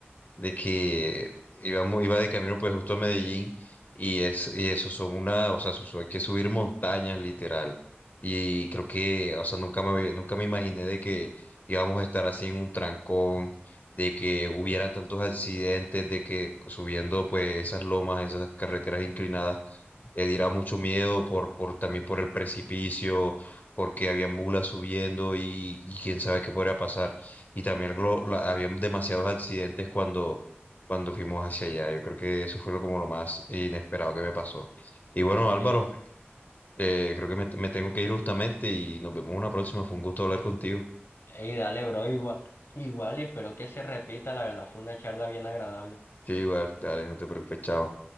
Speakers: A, on the left; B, on the left.
A: de que íbamos, iba de camino pues justo a Medellín y, es, y eso son una, o sea, su- su- hay que subir montañas literal. Y creo que, o sea, nunca me, había- nunca me imaginé de que íbamos a estar así en un trancón, de que hubiera tantos accidentes, de que subiendo pues esas lomas, esas carreteras inclinadas, eh, diera mucho miedo por, por, también por el precipicio, porque había mulas subiendo y, y quién sabe qué podría pasar. Y también lo, la- había demasiados accidentes cuando, cuando fuimos hacia allá. Yo creo que eso fue lo, como lo más inesperado que me pasó. Y bueno,
B: Sí,
A: Álvaro,
B: así.
A: eh, creo que me, me tengo que ir justamente y nos vemos una próxima. Fue un gusto hablar contigo.
B: Y dale, bro, igual, igual y espero que se repita, la verdad fue una charla bien agradable.
A: Sí, igual, dale, no te preocupes, chao.